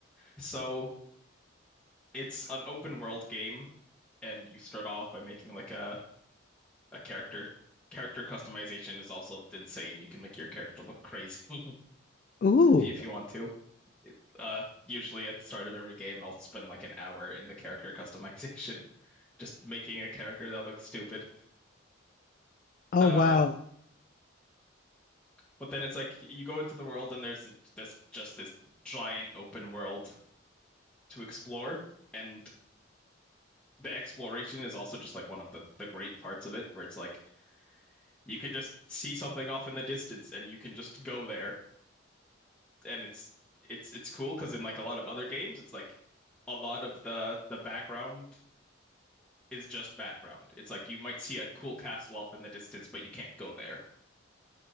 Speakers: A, in the centre; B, on the left (about 45°).
A: So it's an open world game, and you start off by making like a a character. Character customization is also insane. You can make your character look crazy <laughs>
B: Ooh.
A: if you, if you want to. Uh, usually at the start of every game, I'll spend like an hour in the character customization, <laughs> just making a character that looks stupid.
B: Oh,
A: Uh,
B: wow.
A: but then it's like you go into the world and there's this just this giant open world to explore. And the exploration is also just like one of the, the great parts of it, where it's like you can just see something off in the distance and you can just go there. And it's it's it's cool because in like a lot of other games, it's like a lot of the the background is just background. It's like you might see a cool castle off in the distance, but you can't go there.